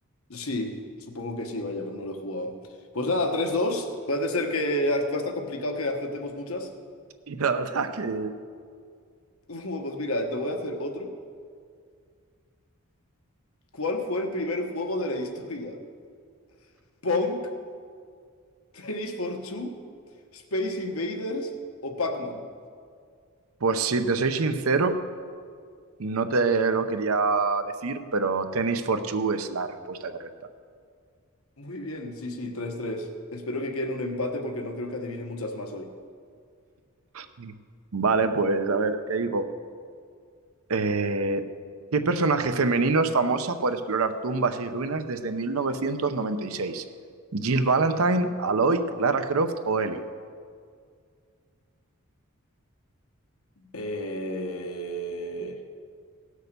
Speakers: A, on the left; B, on the right.
A: Sí, supongo que sí, vaya, pero no lo he jugado. Pues nada, tres dos. Parece ser que va a estar complicado que acertemos muchas. <laughs>
B: Y la verdad que...
A: Bueno, pues mira, te voy a hacer otro. ¿Cuál fue el primer juego de la historia? <laughs> ¿Punk? ¿Tennis for Two? ¿Space Invaders? ¿O Pac-Man?
B: Pues si te soy sincero, No te lo quería decir, pero tenis for Two es la respuesta correcta.
A: Muy bien, sí, sí, tres tres. Espero que quede en un empate porque no creo que adivine muchas más hoy.
B: Mm. Vale, pues a ver, te digo. Eh, ¿qué personaje femenino es famosa por explorar tumbas y ruinas desde mil novecientos noventa y seis ¿Jill Valentine, Aloy, Lara Croft o Ellie?
A: Eh...